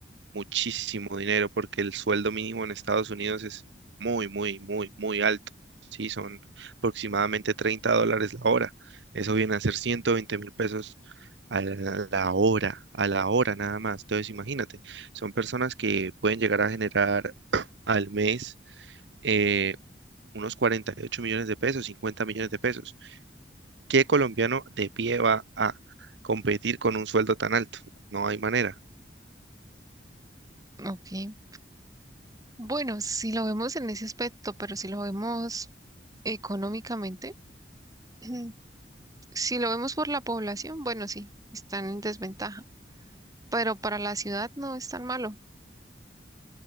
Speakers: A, on the right (about 80°); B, on the right (about 20°).
A: muchísimo dinero porque el sueldo mínimo en Estados Unidos es muy, muy, muy, muy alto. Sí, son aproximadamente 30 dólares la hora. Eso viene a ser ciento veinte mil pesos a la la hora, a la hora nada más. Entonces, imagínate, son personas que pueden llegar a generar <clears throat> al mes eh, unos 48 millones de pesos, 50 millones de pesos. ¿Qué colombiano de pie va a competir con un sueldo tan alto? No hay manera.
B: Ok. Bueno, si lo vemos en ese aspecto, pero si lo vemos económicamente, <clears throat> si lo vemos por la población, bueno, sí, están en desventaja, pero para la ciudad no es tan malo.